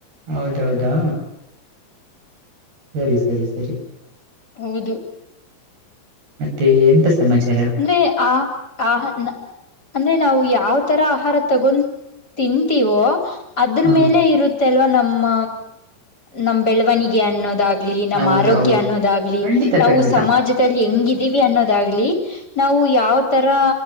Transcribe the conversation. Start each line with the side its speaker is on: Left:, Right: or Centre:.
Right: ಹೌದ ಹೌದಾ ಸರಿ ಸರಿ ಸರಿ.
Left: ಹೌದು.
Right: ಮತ್ತೆ ಎಂತ ಸಮಾಚಾರಾ.
Left: ಅಂದ್ರೆ ಆ ಆಹನ ಅಂದ್ರೆ ನಾವು ಯಾವತರಾ ಆಹರಾ ತಗೊತಿನ್ಂತೀವೋ. ಅದ್ರ
Right: ಹಾ
Left: ಮೇಲೆ ಇರುತ್ತೆ ಅಲ್ವಾ ನಮ್ಮ ನಮ್ಮ ಬೆಳವಣಿಗೆ ಅನ್ನೋದಾಗ ಆಗ್ಲಿ ನಮ್ಮ
Right: ಹೌದೌದು
Left: ಆರೋಗ್ಯ ಅನ್ನೋದಾಗ್ಲಿ
Right: ಖಂಡಿತ
Left: ನಾವು
Right: ಖಂಡಿತ
Left: ಸಮಾಜದಲ್ಲಿ ಹೆಂಗಿದೀವಿ ಅನ್ನೋದಾಗ್ಲಿ. ನಾವು ಯಾವ ತರಾ